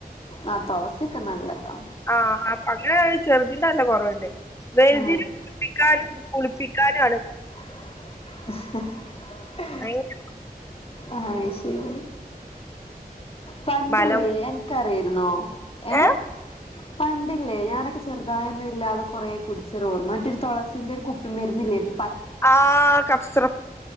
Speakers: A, on the left (about 35°); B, on the left (about 15°).
A: ആ തുളസി ഒക്ക നല്ലതാ.
B: ആഹ അപ്പൊ അങ്ങനെ ചെറുതിന് നല്ല കുറവുണ്ട്. വെൽതിനെ
A: ആ
B: കുളപ്പിക്കാനും കുളിപ്പിക്കാനും ആണ്
A: <unintelligible>
B: <unintelligible>
A: ആഹഅത് ശരി. പണ്ടില്ലേ
B: ബലം
A: അൻക്കറിയരുന്നോ? ഏ
B: ഏഹ്
A: പണ്ടില്ലേ ഞാനൊക്കെ ചെറുതായൊന്ന ഇല്ലാത് കൊറേ കുടിച്ചരോർമ മറ്റൊരു തുളസിന്റെ ഒരു കു പ്പിമരുന്നില്ലായിരുന്നോ? പ
B: ആ ഹ്. കഫ്സറപ്പ്